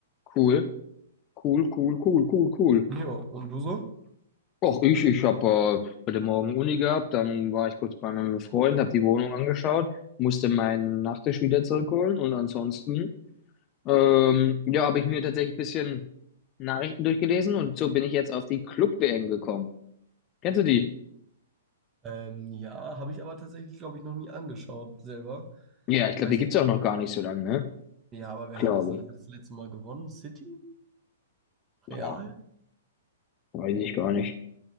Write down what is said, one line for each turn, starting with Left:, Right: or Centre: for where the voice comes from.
Left: Cool, cool, cool, cool, cool, cool.
Right: Ja, und du so?
Left: Och, ich, ich habe äh, heute Morgen Uni gehabt, dann war ich kurz bei einem Freund, habe die Wohnung angeschaut, musste meinen Nachtisch wieder zurückholen und ansonsten. Ähm, ja, habe ich mir tatsächlich ein bisschen Nachrichten durchgelesen und so bin ich jetzt auf die Club-WM gekommen. Kennst du die?
Right: Ähm, ja, habe ich aber tatsächlich, glaube ich, noch nie angeschaut selber.
Left: Ja, ich glaube,
Right: Weißt
Left: die gibt's
Right: du,
Left: auch noch gar nicht so lange, ne?
Right: ja, aber wer
Left: Glaube
Right: hat das, wer
Left: ich.
Right: hat das letzte Mal gewonnen? City?
Left: Boah,
Right: Real?
Left: weiß ich gar nicht.